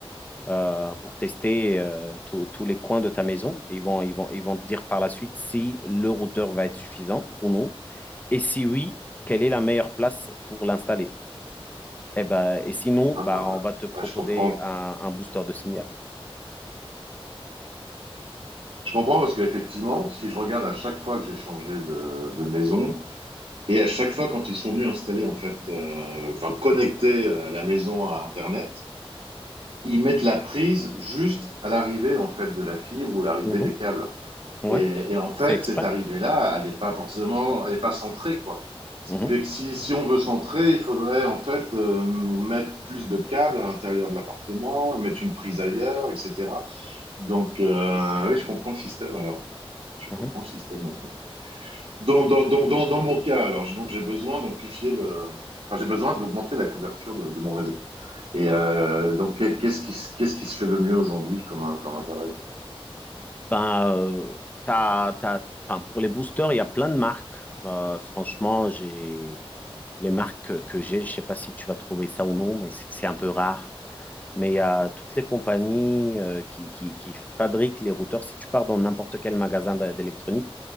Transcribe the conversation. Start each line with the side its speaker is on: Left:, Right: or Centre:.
Left: euh, pour tester euh, tous tous les coins de ta maison. Ils vont, ils vont, ils vont te dire par la suite si le routeur va être suffisant ou non. Et si oui, quelle est la meilleure place pour l'installer? Et, ben et sinon,
Right: Hein,
Left: bah,
Right: euh,
Left: on va te proposer
Right: ouais, je comprends.
Left: un, un booster de signal.
Right: Je comprends parce qu'effectivement, si je regarde à chaque fois que j'ai changé de, de maison et à chaque fois quand ils sont venus installer, en fait, euh, enfin, connecter euh, la maison à Internet, ils mettent la prise juste à l'arrivée, en fait, de la fibre ou l'arrivée
Left: Mhm.
Right: des câbles.
Left: Ouais,
Right: Et, et en fait,
Left: c'est exprès.
Right: cette arrivée-là, elle n'est pas forcément, elle n'est pas centrée, quoi. Ce
Left: Mhm.
Right: qui fait que si, si on veut centrer, il faudrait en fait euh, mettre plus de câbles à l'intérieur de l'appartement, mettre une prise ailleurs, etc. Donc, euh, oui, je comprends le système alors. Je
Left: Mhm.
Right: comprends le système maintenant. Dans, dans, dans, dans, dans mon cas, alors, je- donc j'ai besoin d'amplifier le. enfin, j'ai besoin d'augmenter la couverture de, de mon réseau. Et euh, donc, qu'est- qu'est-ce qui, se- qu'est-ce qui se fait le mieux aujourd'hui comme, un- comme appareil?
Left: Ben, euh, t'as- t'as- enfin, pour les boosters, il y a plein de marques. Euh, franchement, j'ai les marques que que j'ai, je sais pas si tu vas trouver ça ou non, mais c'est c'est un peu rare. mais il y a toutes les compagnies euh, qui, qui, qui fabriquent les routeurs. Si tu pars dans n'importe quel magasin d'é- d'électronique,